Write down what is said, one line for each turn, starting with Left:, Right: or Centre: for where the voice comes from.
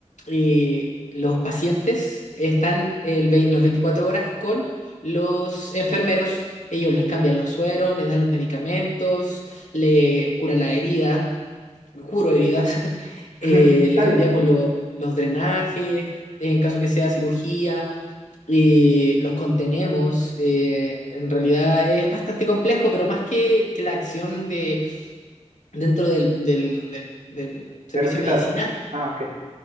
Left: eh, los pacientes están el vei- los 24 horas con los enfermeros. Ellos les cambian los sueros, les dan los medicamentos, le curan la herida juro heridas, <laughs>
Right: <laughs>
Left: eh,
Right: Está
Left: le cambiamos
Right: bien,
Left: lo- los drenajes, en caso que sea cirugía, eh, los contenemos. eh, en realidad es bastante complejo, pero más que, que la acción de, dentro del, del- del- del servicio
Right: del hospital.
Left: de medicina,
Right: Ah, ok.